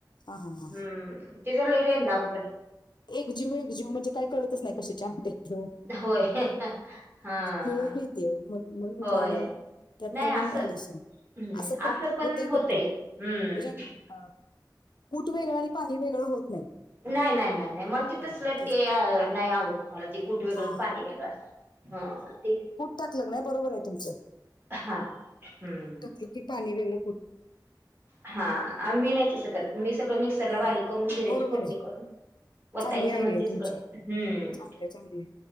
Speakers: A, on the left; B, on the right.
A: हा हा हा.
B: हम्म, ते जरा लय रेंदा होत.
A: एकजीव -एकजीव म्हणजे काय कळतच नाही, कशाची आमटी हेचाव
B: होय हा
A: मिळून येती वो, म्हण म्हणून म्हटलं
B: होय
A: आल्याव त्यात
B: नाही
A: नवीन
B: असं
A: एडिशन,
B: हम्म
A: असं पण होतंय,
B: होतय
A: कुठं म्हणजे?
B: हम्म
A: अ कुट वेगळं आणि पाणी वेगळं होत नाही.
B: नाय, नाय, नाय, नाय, म
A: हा,
B: तसलं
A: तेच.
B: ते, नाही आवडत मला, ते कुट वेगळं
A: हा.
B: न पाणी वेगळं असतं, ह, ते
A: टाकल क नाय, बरोबर आहे तुमचं,
B: हा हम्म
A: कूट ते की पाणी वेल
B: हा आ मी नाही तसं करत, मी सगळं मिक्सरला
A: हा
B: बारीक करून, जिऱ्याची
A: बरोबर
B: फोडणी
A: आहे
B: करून वतायचं
A: चांगली आयडिया
B: मण
A: आहे
B: ते सगळं,
A: तुमची
B: हम्म,
A: चांगली चांगली